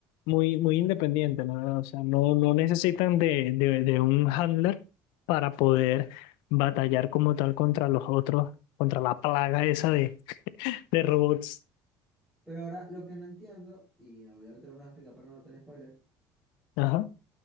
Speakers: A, on the left; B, in the centre.
A: muy, muy independiente, la verdad. O sea, no, no necesitan de, de, de un handler para poder batallar como tal contra los otros, contra la plaga esa de, de robots.
B: Pero ahora lo que no entiendo, y obviamente no me lo explica para no tener spoiler,
A: Ajá.